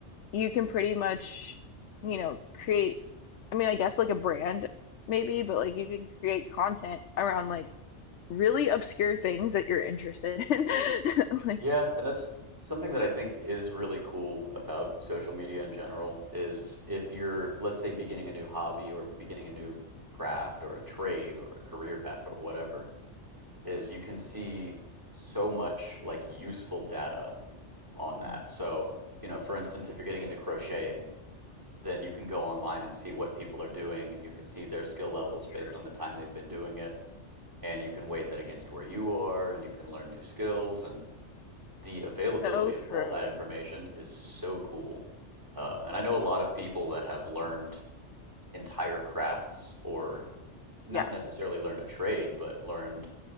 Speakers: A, on the left; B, on the right.
A: you can pretty much you know create I mean I guess like a brand maybe but like you can create content around like really obscure things that you're interested in <laughs> like
B: Yeah, and that's something that I think is really cool about social media in general is if you're, let's say, beginning a new hobby or beginning a new craft or a trade or a career path or whatever, is you can see so much like useful data on that.
A: Mm,
B: So, you know, for instance, if you're getting into crocheting, then you can go online and see what people are doing and you can see their skill levels
A: So
B: based
A: true.
B: on the time they've been doing it and you can weigh that against where you are and you can learn new skills and the availability
A: so
B: of
A: true
B: all that information is so cool uh, and i know a lot of people that have learned entire crafts or not
A: Yes.
B: necessarily learned a trade but learned